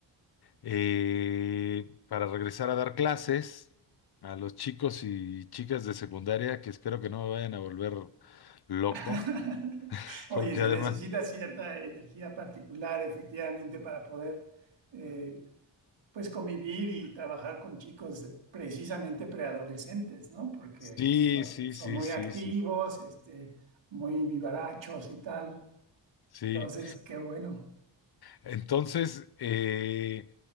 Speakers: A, on the left; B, on the right.
A: eh, para regresar a dar clases a los chicos y chicas de secundaria, que espero que no me vayan a volver loco,
B: <laughs>
A: <laughs>
B: Oye,
A: porque
B: se
A: además,
B: necesita cierta energía particular, efectivamente, para poder eh, pues convivir y trabajar con chicos precisamente preadolescentes, ¿no? Porque
A: sí,
B: so-
A: sí,
B: son
A: sí,
B: muy
A: sí,
B: activos,
A: sí,
B: este, muy vivarachos y tal.
A: sí.
B: Entonces, qué bueno,
A: Entonces, eh,